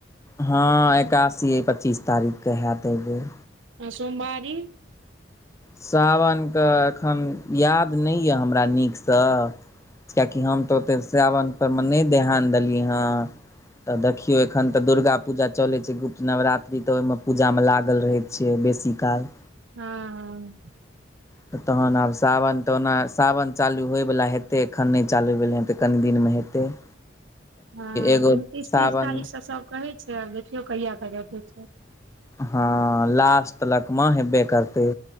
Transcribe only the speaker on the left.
हँ एकादशी अइ पचीस तारीखके हैत अहिबेर
सावनकऽ एखन याद नहि यए हमरा नीकसँ कियाकि हम तऽ ओते सावनपरमे नहि ध्यान देलियै हन तऽ देखियौ एखन तऽ दुर्गा पूजा चलै छै गुप्त नवरात्रि तऽ ओहिमे पूजामे लागल रहै छियै बेसी काल
त तहन आब सावन तऽ ओना सावन चालू होयवला हेतै एखन नहि चालू भेलै हन तऽ कनि दिनमे हेतै <inaudible>
एगो
सावन
हँ लास्ट तलकमऽ हेबे करतै